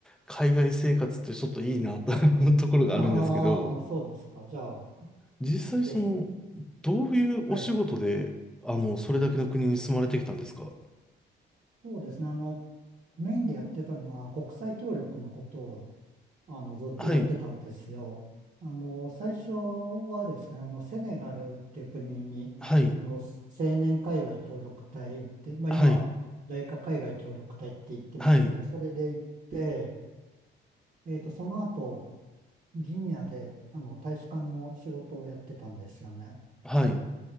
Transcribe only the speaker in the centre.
海外生活ってちょっといいなと思うところがあるんですけど、
実際その、
どういうお仕事で、
あの、それだけの国に住まれてきたんですか
はい、
はい、
はい、
はい、
はい。